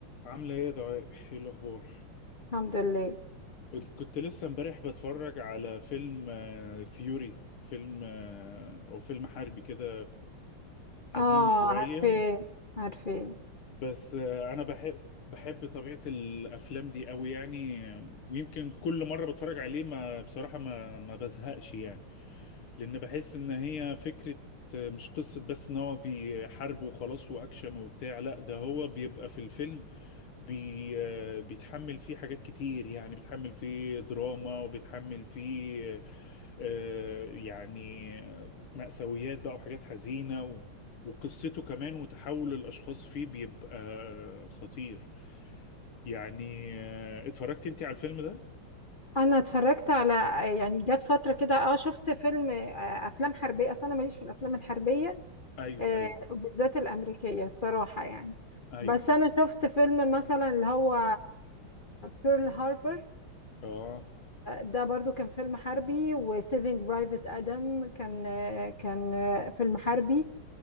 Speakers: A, on the left (about 75°); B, on the left (about 50°).
A: عاملة ايه يا دعاء؟ ايه الأخبار؟
B: الحمد لله
A: قلت- كنت لسه امبارح بتفرج على فيلم آه، فيوري فيلم آه، أو فيلم حربي كده قديم
B: اه
A: شوية
B: عارفة عارفة
A: بس آه، أنا بحب بحب طبيعة الأفلام دي أوي يعني آه، ويمكن كل مرة بتفرج عليه ما بصراحة ما ما بزهقش يعني لان بحس ان هي فكرة آه، مش قصة بس ان هو بيحارب وخلاص واكشن وبتاع لا ده هو بيبقى في الفيلم بي آه، بيتحمل فيه حاجات كتير يعني بيتحمل فيه دراما وبيتحمل فيه آه، يعني مأساويات بقى وحاجات حزينة و- وقصته كمان وتحول الأشخاص فيه بيبقى آه، خطير يعني آه، اتفرجت انت على الفيلم ده؟
B: انا اتفرجت على يعني جت فترة كده اه شفت فيلم آه، افلام حربية اصل انا ماليش في الافلام الحربية
A: ايوه
B: آه،
A: ايوه
B: وبالذات الامريكية الصراحة يعني
A: ايوه
B: بس انا شفت فيلم مثلا اللي هو بيرل هاربر
A: اه
B: ده برضو كان فيلم حربي وسيفينج برايفت ادم كان آه، كان آه، فيلم حربي